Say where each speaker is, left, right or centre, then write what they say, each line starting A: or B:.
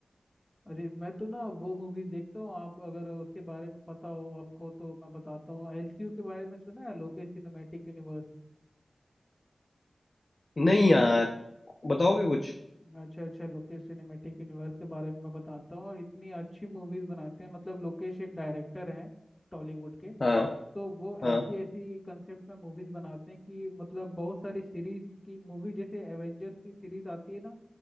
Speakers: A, on the left (about 20°); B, on the left (about 55°).
A: अरे मैं तो ना वो मूवीज देखता हूँ आप अगर उसके बारे में पता हो आपको तो मैं बताता हूँ एलसीयू के बारे में सुना है लोकेश सिनेमैटिक यूनिवर्स
B: नहीं यार बताओगे कुछ
A: अच्छा अच्छा लोकेश सिनेमैटिक यूनिवर्स के बारे में मैं बताता हूँ और इतनी अच्छी मूवीज बनाते हैं मतलब लोकेश एक डायरेक्टर हैं टॉलीवुड के
B: हाँ
A: तो वो
B: हाँ
A: ऐसी ऐसी कंसेप्ट में मूवीज बनाते हैं कि मतलब बहुत सारी सीरीज की मूवी जैसे एवेंजर्स की सीरीज आती है ना